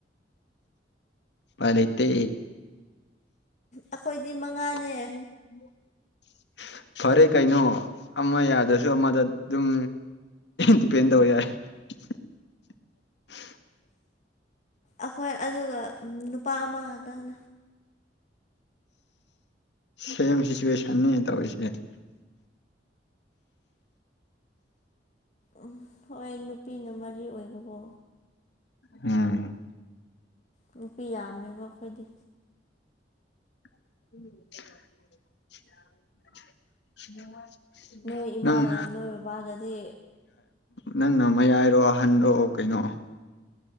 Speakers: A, on the left; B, on the left.
A: ꯄꯥꯏ ꯂꯩꯇꯦ
B: ꯑꯩꯈꯣꯏꯗꯤ ꯃꯉꯥꯅꯦ
A: <inaudible> ꯐꯔꯦ ꯀꯩꯅꯣ ꯑꯃ ꯌꯥꯗ꯭ꯔꯁꯨ ꯑꯃꯗ ꯑꯗꯨꯝ ꯗꯤꯄꯦꯟ ꯇꯧꯕ ꯌꯥꯏ ꯑꯟꯑꯣꯗꯤꯕꯜ <unintelligible>
B: ꯑꯈꯣꯏ ꯑꯗꯨꯒ ꯅꯨꯄꯥ ꯑꯃꯗꯪ
A: ꯁꯦꯝ ꯁꯤꯆꯨꯋꯦꯁꯟꯅꯤ ꯇꯧꯔꯤꯁꯤ <inaudible>
B: ꯎꯝ ꯍꯣꯏ ꯅꯨꯄꯤꯅ ꯃꯔꯤ ꯑꯣꯏꯕꯀꯣ
A: ꯎꯝ
B: ꯅꯨꯄꯤ ꯌꯥꯝꯃꯦꯕ ꯈꯣꯏꯗꯤ
A: <inaudible>
B: ꯅꯣꯏ ꯏꯃꯥꯒ
A: ꯅꯪꯅꯣ
B: ꯅꯣꯏ ꯕꯕꯥꯒꯗꯤ
A: ꯅꯪꯅ ꯃꯌꯥꯏꯔꯣ ꯑꯍꯟꯔꯣ ꯀꯩꯅꯣ